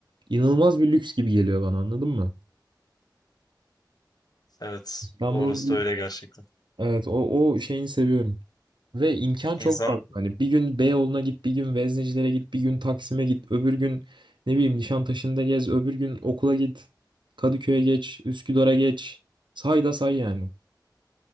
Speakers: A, on the right; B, on the left.
A: inanılmaz bir lüks gibi geliyor bana anladın mı?
B: Evet,
A: İstanbul'un
B: orası da öyle gerçekten.
A: Evet o, o şeyini seviyorum. Ve imkan
B: İnsan
A: çok fazla. Hani bir gün Beyoğlu'na git, bir gün Veznecilere git, bir gün Taksim'e git, öbür gün ne bileyim Nişantaşı'nda gez, öbür gün okula git, Kadıköy'e geç, Üsküdar'a geç. Say da say yani.